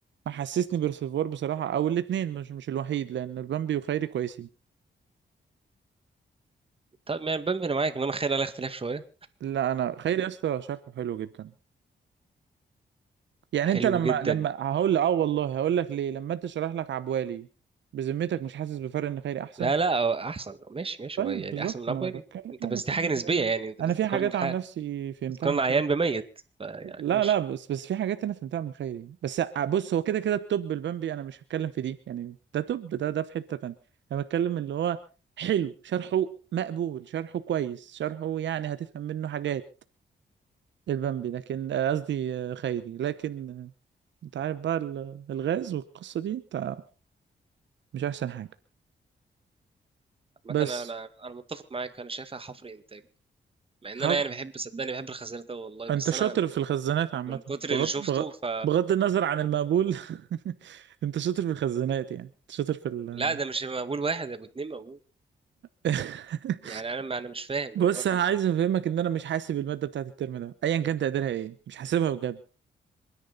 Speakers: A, on the right; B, on the right.
A: محسسني برسيفوار بصراحة او الاتنين مش مش الوحيد لان البامبي وخيري كويسين
B: طب يعني بامبي انا معاك انما خيري عليها اختلاف شويه
A: لا انا خيري يا اسطى شرحه حلو جدا يعني
B: حلو
A: انت لما
B: جدا
A: لما هقول لك اه والله هقول لك ليه لما انت شرح لك عبوالي بذمتك مش حاسس بفرق ان خيري احسن
B: لا لا هو احسن ماشي ماشي
A: طيب
B: هو يعني
A: بالظبط
B: احسن من
A: ما
B: عبالي
A: انا بتكلم
B: انت
A: انا
B: بس
A: بتكلم
B: دي حاجه نسبيه
A: بجد.
B: يعني انت
A: انا
B: بتقارن
A: في حاجات
B: حاجه
A: عن نفسي فهمتها
B: بتقارن
A: من
B: عيان
A: خيري
B: بميت فيعني
A: لا
B: ماشي
A: لا بس بس في حاجات انا فهمتها من خيري بس ع- بص هو كده كده التوب البامبي انا مش هتكلم في دي يعني ده توب ده ده في حتة تانية انا بتكلم اللي هو حلو شرحه مقبول شرحه كويس شرحه يعني هتفهم منه حاجات البامبي لكن آه، قصدي آه، خيري لكن آه، انت عارف بقى ال- الغاز والقصة دي انت مش احسن حاجة
B: مثلا
A: بس
B: انا انا متفق معاك انا شايفها حفر انتاج مع ان
A: حف...
B: انا يعني بحب صدقني بحب الخزانات أوي والله بس
A: انت شاطر
B: انا من
A: في الخزانات عامة
B: من كتر
A: بغض
B: اللي شفته
A: بغض
B: ف
A: بغض النظر عن المقبول <laughs> انت شاطر في الخزانات يعني انت شاطر في ال...
B: لا ده مش مقبول واحد يا ابو اتنين مقبول
A: <laughs>
B: يعني انا ما انا مش فاهم
A: بص
B: هي ما في
A: انا
B: إيه.
A: عايز افهمك ان انا مش حاسب الماده بتاعت الترم ده ايا كان تقديرها ايه مش حاسبها بجد